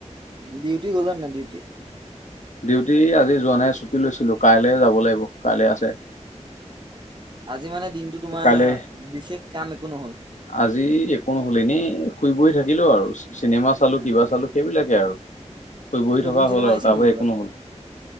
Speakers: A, on the right; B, on the left.
A: ডিউটি গলানে নাই ডিউটি?
B: ডিউটি আজি যোৱা নাই ছুটি লৈছিলোঁ, কাইলে যাব লাগিব, কাইলে আছে।
A: আজি মানে দিনটো তোমাৰ
B: কাইলে
A: বিশেষ কাম একো নহল?
B: আজি একো নহল, এনে শুই বহি থাকিলোঁ আৰু। চিনেমা চালোঁ
A: উম
B: কিবা চালোঁ সেইবিলাকে আৰু। শুই বহি
A: নতুন
B: থকা
A: চিনেমা
B: হ'ল আৰু
A: আহিছে
B: তাৰ
A: নেকি
B: বাহিৰে
A: কিবা
B: একো নহল,